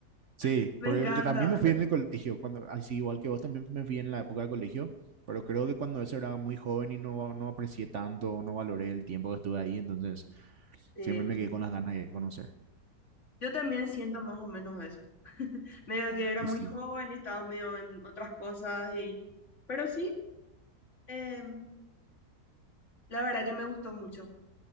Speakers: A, on the right; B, on the left.
A: Sí,
B: <laughs> Me
A: porque
B: encanta.
A: yo también me fui en el colegio, cuando, así igual que vos también me fui en la época de colegio, pero creo que cuando eso era muy joven y no, no aprecié tanto, no valoré el tiempo que estuve ahí, entonces
B: Sí.
A: siempre me quedé con las ganas de conocer.
B: Yo también siento más o menos eso. medio que era
A: Y
B: muy
A: sí,
B: joven y estaba medio en otras cosas y pero sí em, la verdad que me gustó mucho